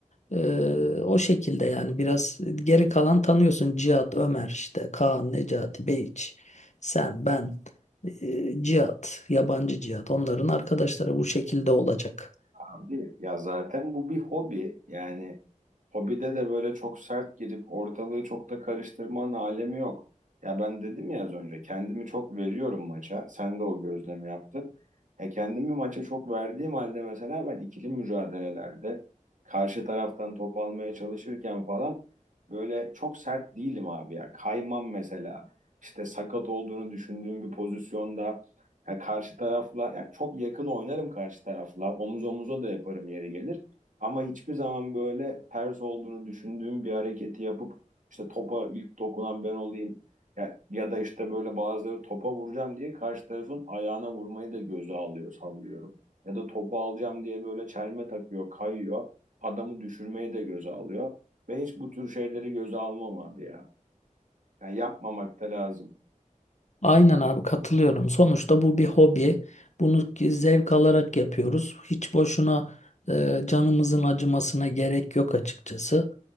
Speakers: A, on the left; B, on the right.
A: E, o şekilde yani biraz geri kalan tanıyorsun Cihat, Ömer işte Kaan, Necati, Beyiç, sen, ben e, cihat, yabancı cihat. Onların arkadaşları bu şekilde olacak.
B: Abi ya zaten bu bir hobi. Yani Hobide de böyle çok sert girip ortalığı çok da karıştırmanın alemi yok. Ya ben dedim ya az önce kendimi çok veriyorum maça. Sen de o gözlemi yaptın. Ya kendimi maça çok verdiğim halde mesela ben ikili mücadelelerde karşı taraftan top almaya çalışırken falan böyle çok sert değilim abi ya. Kaymam mesela. İşte sakat olduğunu düşündüğüm bir pozisyonda ya karşı tarafla ya çok yakın oynarım karşı tarafla. Omuz omuza da yaparım yeri gelir. Ama hiçbir zaman böyle ters olduğunu düşündüğüm bir hareketi yapıp işte topa ilk dokunan ben olayım ya, ya da işte böyle bazıları topa vuracağım diye karşı tarafın ayağına vurmayı da göze alıyor sallıyorum. Ya da topu alacağım diye böyle çelme takıyor, kayıyor. Adamı düşürmeyi de göze alıyor. Ben hiç bu tür şeyleri göze almam abi ya. Yani yapmamak da lazım.
A: Aynen abi katılıyorum. Sonuçta bu bir hobi. Bunu ki zevk alarak yapıyoruz. Hiç boşuna e, canımızın acımasına gerek yok açıkçası.